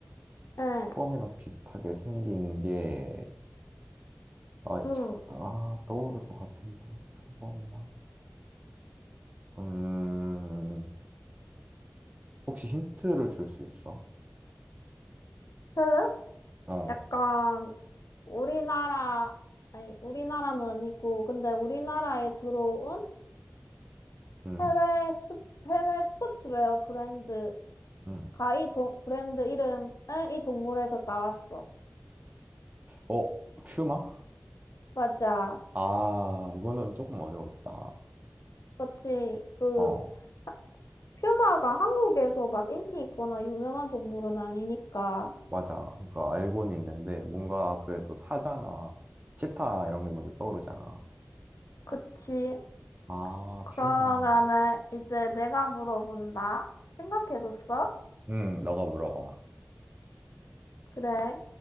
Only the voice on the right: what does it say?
표범이랑 비슷하게 생긴 게, 아,
잠 아, 떠오를 것 같은데, 표범이랑. 음, 혹시 힌트를 줄 수 있어?
어,
음,
음.
어, 퓨마?
아, 이거는 조금 어려웠다.
어,
맞아. 그러니까 알고는 있는데, 뭔가 그래도 사자나 치타 이런 게 먼저 떠오르잖아.
아,
퓨어망.
음, 너가 물어봐.